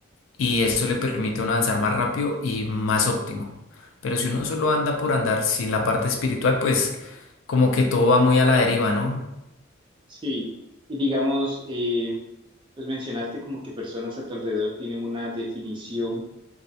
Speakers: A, on the left (about 70°); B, on the right (about 25°).
A: y eso le permite a uno avanzar más rápido y más óptimo. Pero si uno solo anda por andar sin la parte espiritual, pues como que todo va muy a la deriva, ¿no?
B: Sí. Y digamos, eh, pues mencionaste como que personas a tu alrededor tienen una definición